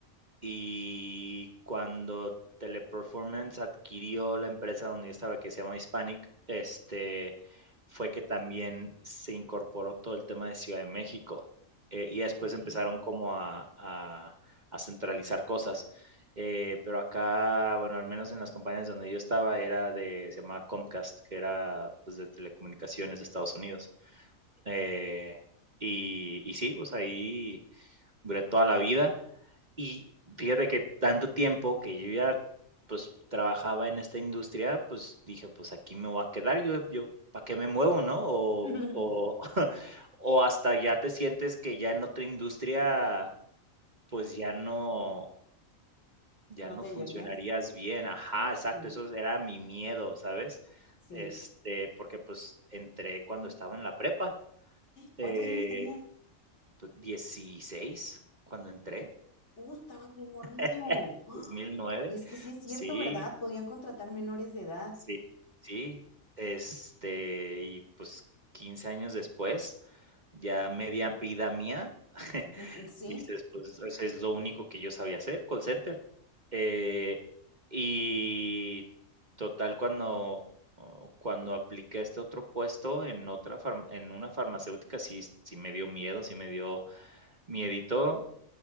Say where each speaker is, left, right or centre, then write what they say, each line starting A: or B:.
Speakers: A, on the right; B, on the left.
A: Y cuando Teleperformance adquirió la empresa donde yo estaba, que se llama Hispanic, este, fue que también se incorporó todo el tema de Ciudad de México. Eh, y después
B: Ok.
A: empezaron como a, a- a centralizar cosas. Eh, pero acá, bueno, al menos en las compañías donde yo estaba, era de, se llamaba Comcast, que era pues, de telecomunicaciones de Estados Unidos. Eh, y, y sí, pues ahí duré toda la vida y fíjate que tanto tiempo que yo ya, pues, trabajaba en esta industria, pues, dije: "Pues, aquí me voy a quedar, yo yo, ¿para qué me muevo?", ¿no? O
B: <laughs>
A: o <laughs> o hasta ya te sientes que ya en otra industria, pues, ya no ya
B: ¿No
A: no
B: te
A: funcionarías
B: hallarías?
A: bien. Ajá, exacto,
B: Sí,
A: eso era mi miedo, ¿sabes?
B: sí.
A: Este, porque, pues, entré cuando estaba en la prepa,
B: ¿Cuántos
A: eh,
B: años tenías?
A: pues, 16 cuando entré,
B: Uh, estabas bien morrillo.
A: <laughs>
B: <gasps> ¡Ah!
A: dos mil nueve
B: Es que sí es cierto,
A: Sí.
B: ¿verdad? Podían contratar menores de edad.
A: Sí, sí, este, y pues 15 años después, ya media vida mía, <laughs>
B: Ujú, Sí,
A: dices, pues, eso es lo único que yo sabía hacer, call center. Eh, y total, cuando, oh, cuando apliqué a este otro puesto en otra farm- en una farmacéutica, sí, sí me dio miedo, sí me dio miedito